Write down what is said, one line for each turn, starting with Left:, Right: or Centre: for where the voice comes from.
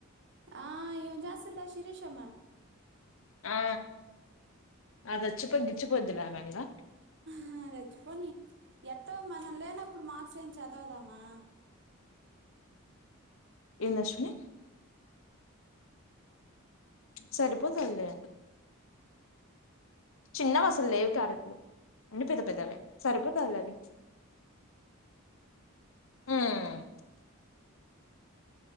Right: ఆ ఈమె జేస్తుల్ల శిరీష మేమ్
Left: ఆ అదచ్చిపో ఇచ్చిపోదిలే ఆమె ఇంకా
Right: హా అది వచ్చిపోని ఎట్టో మనం లేనప్పుడు మార్క్స్ కం చదవుదామా
Left: ఎంద అశ్విని సరిపోతల్లే చిన్నవి అసలు లేవు క్యారెట్లు అన్ని పెద్ద పెద్దవే సరిపోతలే అది హ్మ్మ్